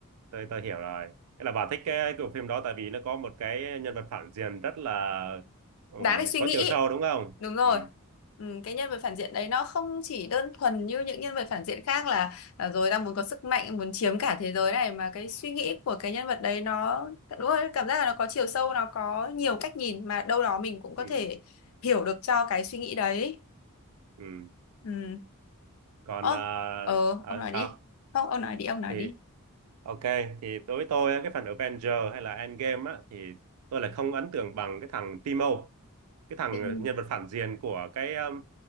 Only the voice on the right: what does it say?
tôi tôi hiểu rồi Thế là bà thích cái cái bộ phim đó tại vì nó có một cái nhân vật phản diện rất là ừ,
có
chiều sâu đúng không
ừ
ừ
ừ
còn
ờ,
ờ,
sao
thì
ok thì đối với tôi cái phần Avenger hay là Endgame á thì tôi lại không ấn tượng bằng cái thằng Timo cái thằng
nhân vật phản diện của cái um,